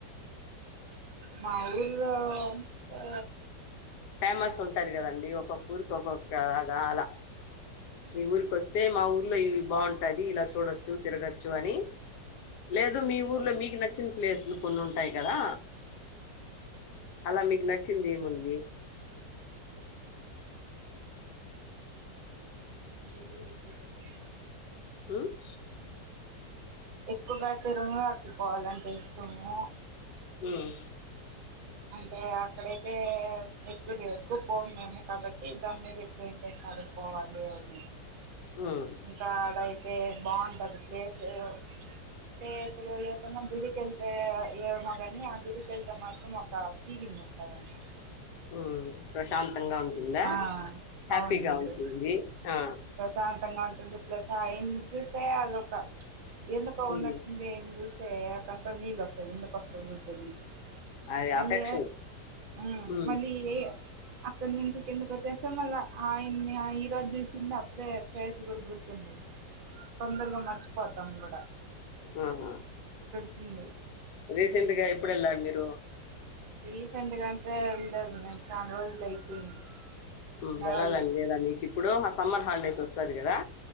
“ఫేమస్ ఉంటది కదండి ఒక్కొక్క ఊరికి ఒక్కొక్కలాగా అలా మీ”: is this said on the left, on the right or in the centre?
Left